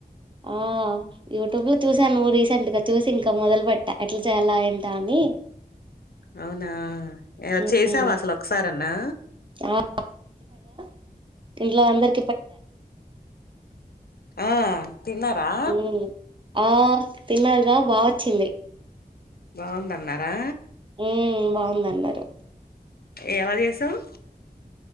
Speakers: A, on the right (about 30°); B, on the left (about 70°).
A: ఆ యూట్యూబ్లో చూసాను రీసెంట్గ చూసి ఇంకా మొదలుపెట్ట ఎట్లా చేయాలా ఏంట అని
B: అవునా ఏ
A: ఉమ్
B: చేసావా అసల్ ఒకసారన్నా
A: ఆ <unintelligible> ఇంట్లో అందర్
B: ఆ తిన్నరా
A: ఉమ్ ఆ తిన్నరుగా బాగొచ్చింది.
B: బాగుందన్నారా
A: మ్ బాగుందన్నారు.
B: ఎలా చేసావ్